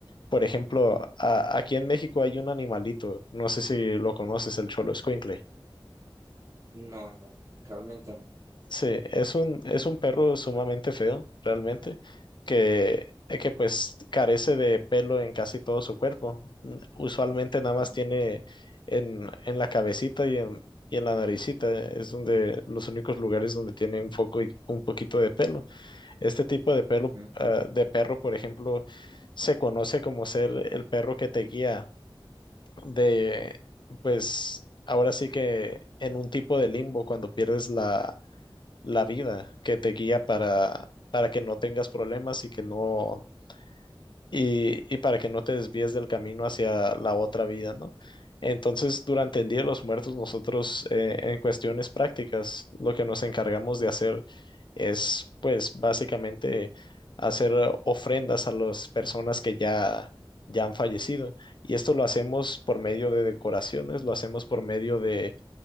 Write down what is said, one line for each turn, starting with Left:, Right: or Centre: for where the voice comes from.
Left: Por ejemplo, a- aquí en México hay un animalito, no sé si lo conoces, el Cholo escuincle.
Right: No, no, realmente no.
Left: Sí, es un, es un perro sumamente feo, realmente, que, eh, que pues carece de pelo en casi todo su cuerpo. N- Usualmente nada
Right: Ujú,
Left: más tiene en, en la cabecita y en, y en la naricita, es donde los únicos lugares donde tiene un foco y un poquito de pelo. Este tipo de pelo,
Right: ujú.
Left: ah, de perro, por ejemplo, se conoce como ser el perro que te guía de, pues, ahora sí que en un tipo de limbo cuando pierdes la la vida que te guía para, para que no tengas problemas y que no, y, y para que no te desvíes del camino hacia la otra vida, ¿no? Entonces, durante el Día de los Muertos, nosotros eh, en cuestiones prácticas, lo que nos encargamos de hacer es, pues, básicamente hacer eh, ofrendas a las personas que ya, ya han fallecido. Y esto lo hacemos por medio de decoraciones, lo hacemos por medio de